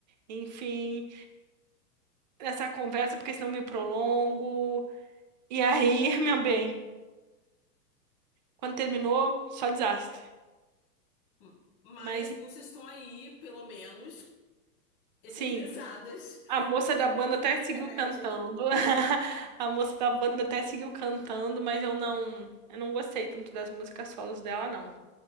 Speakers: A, on the right (about 30°); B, on the left (about 35°).
A: Enfim, essa conversa, porque senão eu me prolongo. E aí, <laughs> meu bem, quando terminou, só desastre.
B: M- Mas
A: Mas
B: as músicas estão aí, pelo menos, eternizadas
A: sim, a moça da banda
B: <laughs>
A: até
B: na internet.
A: seguiu cantando. <laughs> A moça da banda até seguiu cantando, mas eu não, eu não gostei tanto das músicas solos dela, não.